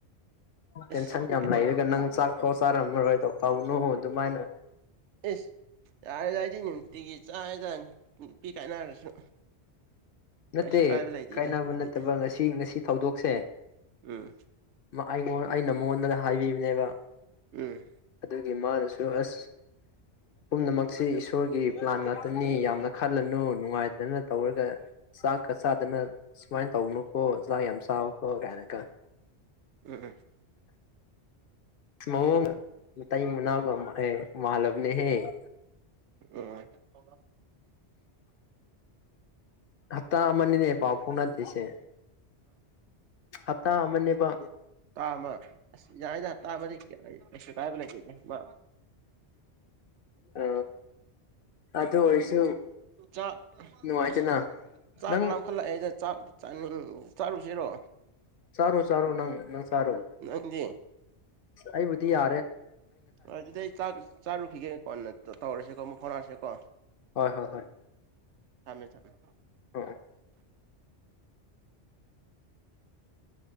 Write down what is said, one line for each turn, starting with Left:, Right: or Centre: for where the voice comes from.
Right: ꯑꯁ
Left: ꯇꯦꯟꯁꯟ ꯌꯒ ꯅꯪ ꯆ ꯍꯣ ꯆꯥꯔꯝꯃꯔꯣꯏ ꯇꯧ ꯇꯧꯅꯨ ꯑꯗꯨꯃꯥꯏꯅ
Right: ꯏꯁ ꯌꯥꯔꯦ ꯌꯥꯏꯇ ꯑꯤꯒꯤ ꯆꯥꯗ ꯅꯨꯄꯤ ꯀꯥꯏꯅꯔꯁꯨ
Left: ꯅꯠꯇꯦ
Right: ꯀꯩꯁꯨ ꯀꯥꯏꯕ ꯂꯩꯇꯦꯗ
Left: ꯀꯥꯏꯅꯕ
Right: ꯑꯩꯗꯤ
Left: ꯅꯠꯇꯕ ꯉꯁꯤ ꯉꯁꯤ ꯊꯧꯗꯣꯛ ꯁ
Right: ꯎꯝ
Left: ꯑꯩ ꯑꯩꯅ ꯃꯣꯟꯗ ꯍꯥꯏꯕꯤꯕꯅꯦꯕ
Right: ꯎꯝ
Left: ꯑꯗꯨꯒꯤ ꯃꯥꯅꯁꯨ ꯑꯁ ꯄꯨꯝꯅꯃꯛꯁꯤ ꯏꯁꯣꯔꯒꯤ ꯄ꯭ꯂꯥꯟ ꯉꯥꯛꯇꯅꯤ ꯌꯥꯝꯅ ꯈꯜꯂꯅꯨ ꯅꯨꯡꯉꯥꯏꯇꯅ ꯇꯧꯔꯒ ꯆꯥꯛꯀ ꯆꯥꯗꯅ ꯁꯨꯃꯥꯏꯅ ꯇꯧꯅꯨꯀꯣ ꯆꯥꯛ ꯌꯥꯝ ꯆꯥꯀꯣ ꯀꯥꯏꯅꯒ
Right: ꯎꯝ
Left: ꯃꯑꯣ ꯇꯏ ꯃꯨꯅꯥꯒ ꯃꯂꯕꯅꯦꯍꯦ <unintelligible>
Right: ꯑ <unintelligible>
Left: ꯍꯞꯇꯥ ꯑꯃꯅꯤꯅꯦ ꯄꯥꯎ ꯐꯥꯎꯅꯗ꯭ꯔꯤꯁꯦ ꯍꯞꯇꯥ ꯑꯃꯅꯦꯕ
Right: ꯇꯥ ꯑꯃ ꯌꯥꯏꯗ ꯇꯥꯕꯗꯤ ꯀꯌꯥ ꯀꯥꯏꯕ ꯂꯩꯦꯦ ꯑꯁ
Left: ꯑ ꯑꯗꯨ ꯑꯣꯏꯔꯁꯨ
Right: ꯆꯥꯛ
Left: ꯅꯨꯡꯉꯥꯏꯇꯦꯅ
Right: ꯑꯁ ꯆꯥꯛ
Left: ꯅꯪ
Right: ꯂꯈꯠꯂꯛꯑꯦꯗ ꯆꯥꯛ ꯆꯥꯅꯤꯡ ꯆꯥꯔꯨꯁꯤꯔꯣ
Left: ꯁꯔꯨ ꯁꯔꯨ ꯅꯪ ꯅꯪ ꯁꯔꯣ
Right: ꯅꯪꯗꯤ
Left: ꯑꯩꯕ ꯇꯤꯌꯥ
Right: ꯑꯗꯨꯗꯤ ꯑꯩ ꯆꯥꯛ ꯆꯥꯔꯨꯈꯤꯒꯦ ꯀꯣꯟꯅ ꯇꯧꯔꯁꯤꯦꯀꯣ ꯑꯃꯨꯛ ꯍꯔꯁꯤꯦ ꯀꯣ
Left: ꯍꯣꯏ ꯍꯣꯏ ꯍꯣꯏ
Right: ꯊꯃꯦ ꯊꯝꯃꯦ
Left: ꯑ